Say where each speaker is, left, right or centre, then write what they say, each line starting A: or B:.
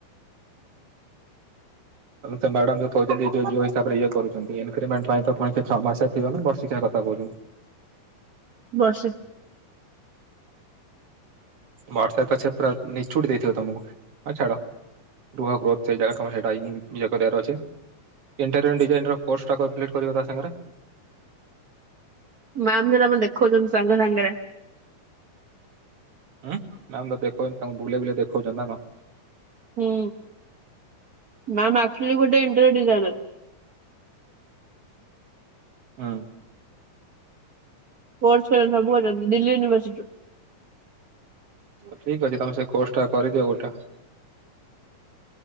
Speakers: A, on the right (about 50°); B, on the right (about 75°).
A: ଆଉ ସେ ମ୍ୟାଡାମ ଯୋଉ କହୁଛନ୍ତି, ଯୋଉ ଯୋଉ ହିସାବରେ ଇଏ କରୁଛନ୍ତି, ଇକ୍ରିମେଣ୍ଟ ପାଇଁ ତ ପୁଣି ଛଅ ମାସିଆ ଥିବ ନା ବର୍ଷି କିୟା। କଥା କହୁଛନ୍ତି।
B: ବର୍ଷି
A: ବର୍ଷେ ତ ସେ ପୁରା ନିଛୁଟି ଦେଇଥିବେ ତମକୁ ହେ ଛାଡ। ରୁହ ଗ୍ରୋଥ ସେଇ ଜାଗା ତମ ସେଇ ଟା ହିଁ ଇଏ କରି ବାର ଅଛି। ଇଣ୍ଟେରିୟନ ଡିଜାଇନ ର କୋର୍ସ ଟା କଂପ୍ଲୀଟ କରିବ ତା ସାଙ୍ଗରେ।
B: ମାମ୍ ଯଉଟା ମତେ ଦେଖଉଛନ୍ତି ସାଙ୍ଗ ସାଙ୍ଗରେ।
A: ଉଁ ମାମ୍ ତ ଦେଖଉଛନ୍ତି ତାଙ୍କୁ ବୁଲେଇ ବୁଲେଈ ଦେଖଉଛନ୍ତି ନା କଣ?
B: ହୁଁ ମ୍ୟାାମ ଆକ୍ଚୁଲି ଗୋଟେ ଇଣ୍ଟରିଅର୍ ଡିଜାଇନର।
A: ହୁଁ।
B: କୋର୍ସ କରିବେ ସବୁ କରିବେ ଦିଲ୍ଲୀ ୟୁନିଭର୍ସ ସିଟିରୁ।
A: ଠିକ ଅଛି ତମେ ସେ ଖୋର୍ସ ଟା କରିଦିଅ ଗୋଟା।